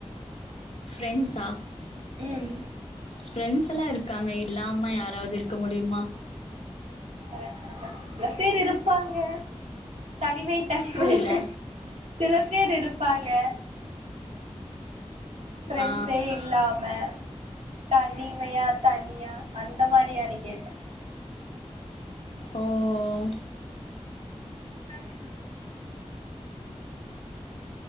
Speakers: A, on the left; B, on the right.
A: ஃப்ரெண்ட்ஸா?
B: ம்
A: ஃபிரண்ட்ஸ் எல்லா இருக்காங்க இல்லாம யாராவது இருக்க முடியுமா?
B: கரெக்ட் கரெக்ட் சில பேர் இருப்பாங்க தனிமை <unintelligible>
A: புரியல.
B: சில பேர் இருப்பாங்க ஃபிரெண்ட்ஸே
A: ஆ.
B: இல்லாம தனிமையா தனியா அந்த மாரியானு கேட்டேன்
A: ஓ ஓ
B: உஹ <inaudible>